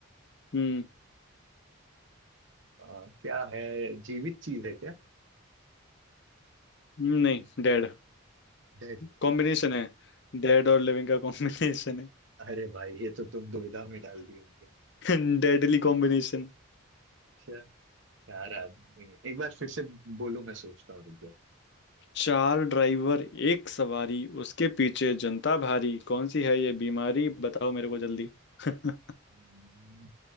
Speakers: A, on the left; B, on the right.
A: हम्म
B: अ, क्या है जीवित चीज है क्या
A: हम्म, नहीं डेड
B: डेड
A: कॉम्बिनेशन है डेड और लिविंग का कॉम्बिनेशन है
B: अरे भाई ये तो तुम दुविधा में डाल दिए होंगे
A: <laughs> Deadly combination
B: अच्छा, चार आदमी एक बार फिर से बोलो मैं सोचता हूँ रुक
A: चार ड्राइवर एक सवारी उसके पीछे जनता भारी कौन सी है ये बीमारी बताओ मेरे को जल्दी <laughs> अ,
B: जाओ